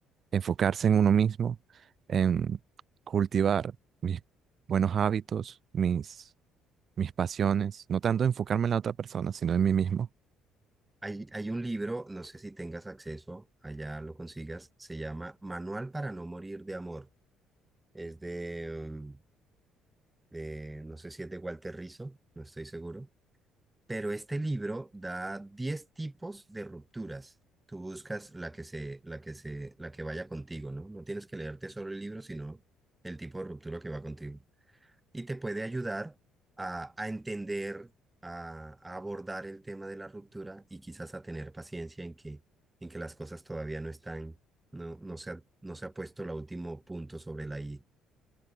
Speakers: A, on the right (about 45°); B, on the right (about 15°).
A: enfocarse en uno mismo, en cultivar mis buenos hábitos, mis, mis pasiones, no tanto enfocarme en la otra persona, sino en mí mismo.
B: Hay, hay un libro, no sé si tengas acceso, allá lo consigas, se llama Manual para no morir de amor. Es de... mm, eh, no sé si es de Walter Rizzo, no estoy seguro, pero este libro da 10 tipos de rupturas. Tú buscas la que se, la que se, la que vaya contigo, ¿no? No tienes que leerte solo el libro, sino el tipo de ruptura que va contigo. Y te puede ayudar a, a entender, a, a abordar el tema de la ruptura y quizás a tener paciencia en que, en que las cosas todavía no están, no, no se ha, no se ha puesto el último punto sobre la I